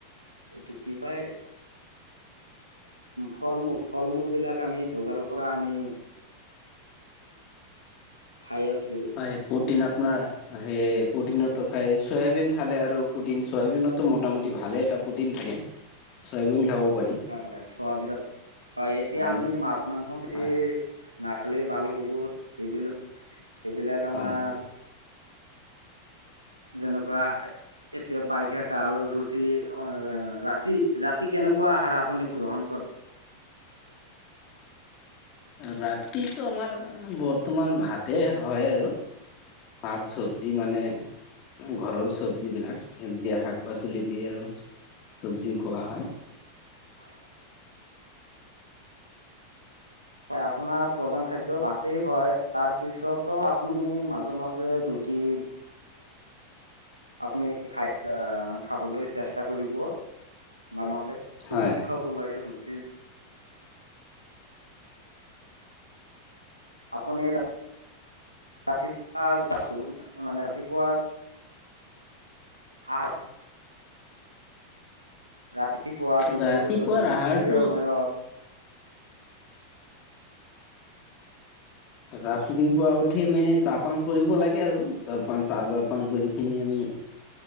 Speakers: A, on the right; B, on the left.
A: এইটো কি কয় ফল-মূল ফল-মূলবিলাক আমি বজাৰৰ পৰা আনি খাই আছো।
B: হয়, প্ৰ'টিন আপোনাৰ সে প্ৰটিনতো খায় চয়াবিন খালে আৰু প্ৰটিন চয়াবিনতো মোটামুট ভালে এটা প্ৰটিন থাকে, চয়াবিন খাব পাৰি।
A: হয়, হয়, চোৱাবিনত হয়, এতিয়া
B: আৰু
A: আমি মাছ-মাংস বেছি
B: হয়
A: নাখালেই ভাল হ'ব, সেইবিলাক সেইবিলাক আমাৰ
B: হয় হয়
A: যেনেকুৱা এতিয়া বাৰিষা কাল ৰুটি ৰাতি -ৰাতি কেনেকুৱা আহাৰ আপুনি গ্ৰহণ কৰে?
B: ৰাতিটো আমাৰ বৰ্তমান ভাতে হয়, আৰু। ভাত চব্জি মানে ঘৰৰ চব্জিবিলাক সেউজীয়া শাক-পাচলি দি আৰু চবজি খোৱা হয়।
A: <inaudible> হয় আপোনাৰ প্ৰধান খাদ্য ভাতেই হয়, তাৰপিছতো আপুনি মাজে মাজে ৰুটি আপুনি খাই খাবলৈ চেষ্টা কৰিব, মা-মাজে
B: হয়
A: ৰুটি খাব লাগে, ৰুটি আপুনি ৰাতিপুৱা আছো মানে ৰাতিপুৱা আহ <unintelligible> ৰাতিপুৱা দুপৰীয়া
B: ৰাতিপুৱাৰ
A: উম,
B: আহাৰটো
A: দুপৰীয়াৰ সময়ত।
B: ৰাপতিপুৱা উঠি মানে চাহ-পান কৰিব লাগে আৰু জলপান চাহ-জলপান কৰি কিনি আমি